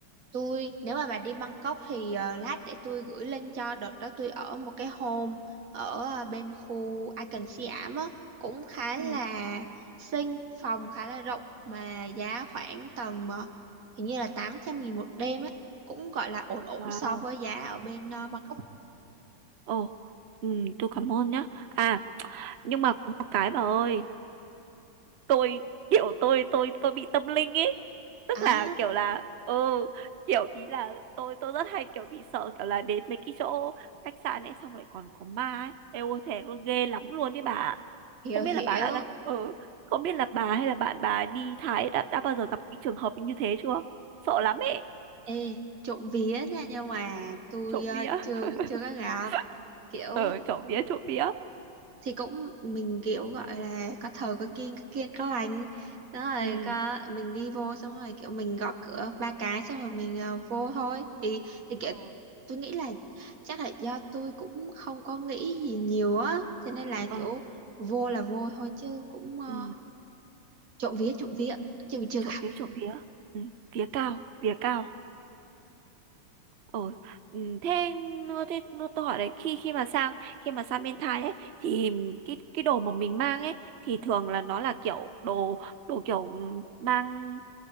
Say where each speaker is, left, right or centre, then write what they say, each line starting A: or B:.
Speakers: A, on the right; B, on the right.
A: Tôi nếu mà bà đi Bangkok thì ờ, lát để tôi gửi link cho đợt đó tôi ở một cái home ở ờ, bên khu Icon Siam á cũng khá là
B: ừ,
A: xinh phòng khá là rộng mà giá khoảng tầm ờ, hình như là tám trăm nghìn một đêm ấy cũng gọi là ổn ổn
B: wow,
A: so với giá ở bên ờ, Bangkok
B: ồ, ừ, tôi cảm ơn nhá. À nhưng mà có một cái bà ơi tôi kiểu tôi tôi tôi bị tâm linh ấy tức
A: à
B: là kiểu là ừ kiểu ý là tôi tôi rất hay kiểu bị sợ kiểu là đến mấy cái chỗ khách sạn ấy xong lại còn có ma ấy Ê ôi thề luôn ghê lắm luôn đấy bà
A: hiểu
B: không
A: hiểu
B: biết là bà đã ừ không biết là bà hay là bạn bà đi Thái đã đã bao giờ gặp cái trường hợp như thế chưa sợ lắm ấy
A: ê trộm vía nha nhưng mà tôi
B: trộm
A: ờ,
B: vía
A: chưa chưa có gặp
B: <laughs>
A: kiểu
B: ờ trộm vía trộm vía
A: thì cũng mình kiểu gọi là có thờ có kiêng có kiêng có lành đó rồi
B: ừ
A: có mình đi vô xong rồi kiểu mình gõ cửa ba cái xong rồi mình ờ, vô thôi thì thì kiểu
B: ờ
A: tôi nghĩ là chắc là do tôi cũng không có nghĩ gì nhiều á cho nên là
B: ờ,
A: kiểu vô là vô thôi chứ cũng uh,
B: ừ
A: trộm vía trộm vía chứ mình chưa
B: trộm
A: gặp
B: vía trộm vía ừ vía cao vía cao Ồ, ừ, thế, nó- thế nó- tôi hỏi đấy khi khi mà sang khi mà sang bên Thái ấy thì cái cái đồ mà mình mang ấy thì thường là nó là kiểu đồ đồ kiểu ừ, mang